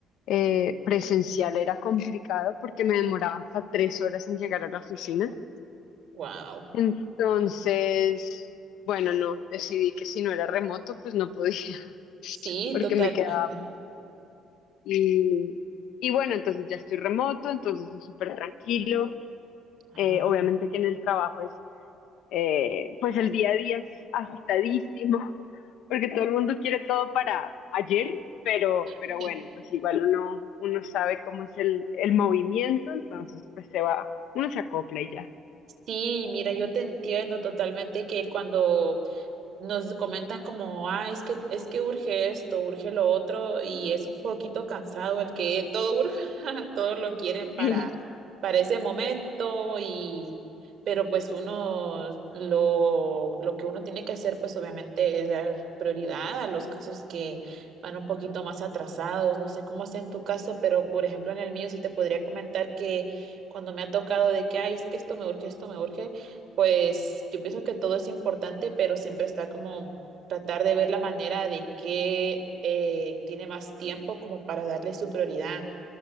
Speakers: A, on the left; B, on the right.
A: eh, presencial, era complicado porque me demoraba hasta tres horas en llegar a la oficina.
B: Wow.
A: Entonces, bueno, no, decidí que si no era remoto, pues no podía, <laughs>
B: Sí,
A: porque
B: totalmente.
A: me quedaba. Y, y bueno, entonces ya estoy remoto, entonces es súper tranquilo.
B: Ah.
A: Eh, obviamente que en el trabajo es, eh, pues el día a día es agitadísimo, <laughs> porque todo el mundo quiere todo para ayer, pero,
B: <laughs>
A: pero bueno, pues igual uno, uno sabe cómo es el, el movimiento, entonces pues se va, uno se acopla y ya.
B: Sí, mira, yo te entiendo totalmente que cuando nos comentan como, ah, es que, es que urge esto, urge lo otro, y es un poquito cansado el que todo urge, <laughs> todo lo quieren para,
A: <laughs>
B: para ese momento, y, pero pues uno, lo, lo que uno tiene que hacer, pues obviamente es dar prioridad a los casos que van un poquito más atrasados, no sé cómo sea en tu caso, pero por ejemplo en el mío sí te podría comentar que cuando me ha tocado de que, ay, es que esto me urge, esto me urge, pues yo pienso que todo es importante, pero siempre está como tratar de ver la manera de que eh, tiene más tiempo como para darle su prioridad,